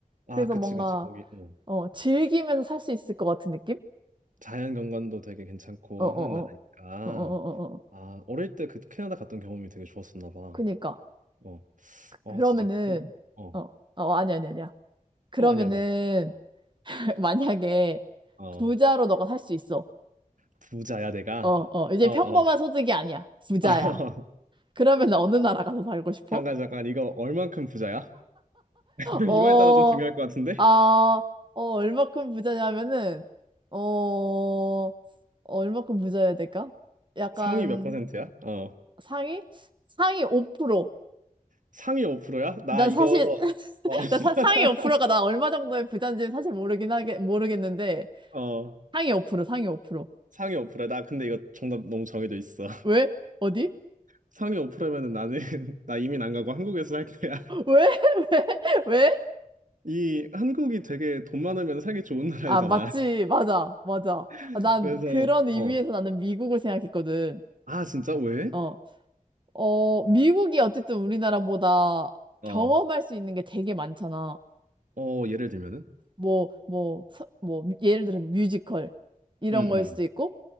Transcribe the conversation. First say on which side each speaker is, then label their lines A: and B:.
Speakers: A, on the right (about 65°); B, on the right (about 35°).
A: 아,
B: 그래서
A: 그치,
B: 뭔가
A: 그치. 거기, 어,
B: 어, 즐기면서 살 수 있을 것 같은 느낌?
A: 자연 경관도 되게 괜찮고
B: 어, 어, 어,
A: 하는 나라니까.
B: 어, 어, 어, 어. 어.
A: 아, 어릴 때 그 캐나다 갔던 경험이 되게 좋았었나 봐.
B: 그니까.
A: 어. 어,
B: 그러면은,
A: 진짜 그런 어.
B: 어, 어, 아니, 아니, 아니야. 그러면은,
A: 어, 아니야, 말해. 어.
B: <laughs> 만약에
A: 어.
B: 부자로 너가 살 수 있어.
A: 부자야 내가.
B: 어, 어, 이제
A: 어,
B: 평범한
A: 어.
B: 소득이 아니야. 부자야.
A: <laughs>
B: 그러면 어느 나라 가서 살고 싶어?
A: 잠깐 잠깐 이거 얼만큼 부자야? <laughs>
B: 어,
A: 이거에 따라 좀 중요할 것 같은데.
B: 아, 어, 얼마큼 부자냐면은, 어, 어, 얼마큼 부자여야 될까? 약간
A: 상위 몇 퍼센트야? 어.
B: 상위? 상위 5%.
A: 상위 5%야? 나
B: 난
A: 이거
B: 사실, <laughs>
A: 어. <laughs>
B: 나 사- 상위 5%가 나 얼마 정도의 부자인지 사실 모르긴 하겠, 모르겠는데,
A: 어.
B: 상위 5%, 상위 5%.
A: 상위 5%야. 나 근데 이거 정답 너무 정해져 있어. <laughs>
B: 왜? 어디?
A: 상위 5%면은 나는 <laughs> 나 이민 안 가고 한국에서 살 거야.
B: <laughs> 왜? <laughs> 왜? 왜?
A: 이 한국이 되게 돈 많으면 살기 좋은 나라이잖아.
B: 아, 맞지. 맞아. 맞아.
A: <laughs>
B: 아, 난
A: 그래서
B: 그런
A: 어.
B: 의미에서 나는 미국을 생각했거든.
A: 아, 진짜 왜?
B: 어. 어, 미국이 어쨌든 우리나라보다
A: 어.
B: 경험할 수 있는 게 되게 많잖아.
A: 어, 예를 들면은
B: 뭐, 뭐, 서- 뭐, 예를 들어 뮤지컬 이런
A: 응, 응,
B: 거일 수도 있고,